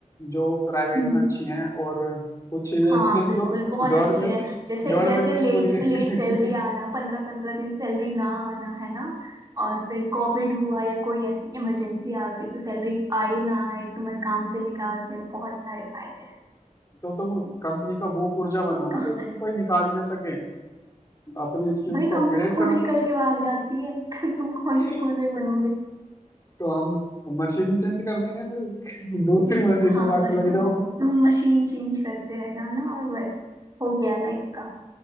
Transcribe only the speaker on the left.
जो प्राइवेट
में अच्छी हैं और कुछ चीजें
ऐसी हैं
जो
गवर्नमेंट
गवर्नमेंट
में बुरी है
<laughs>
तो तुम कंपनी का वो पुर्जा बनो ना
जो तुम्हें कोई निकाल ही ना सके अपनी स्किल्स
को
अपग्रेड
करो
<laughs>
तो हम मशीन ही चेंज कर देंगे फिर <laughs> दूसरी मशीन
में जाके
लग
जाओ <laughs>